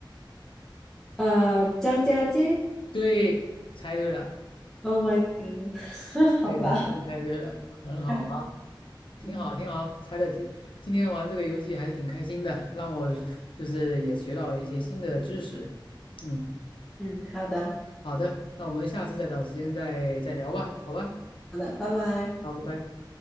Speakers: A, in the centre; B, on the left (about 80°).
A: 呃，张家界。
B: 对，猜对了。
A: Oh my god！<laughs> 好吧，
B: 对呀，终于猜对了，很好啊，
A: <laughs>
B: 挺好，
A: 嗯
B: 挺好啊，猜的挺。今天玩这个游戏还是挺开心的，让我就是也学到了一些新的知识。嗯，
A: 嗯，好的
B: 好的，那我们下次再找时间再再聊吧，好吧？
A: 好的，拜拜。
B: 好，拜拜。